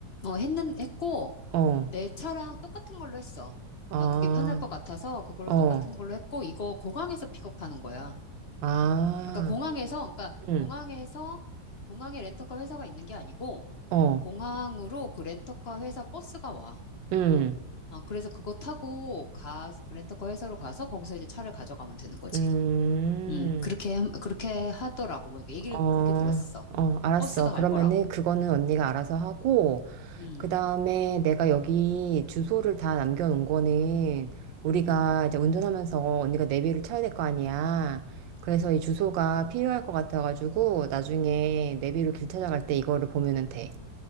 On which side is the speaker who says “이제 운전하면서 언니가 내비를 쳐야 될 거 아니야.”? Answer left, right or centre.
Right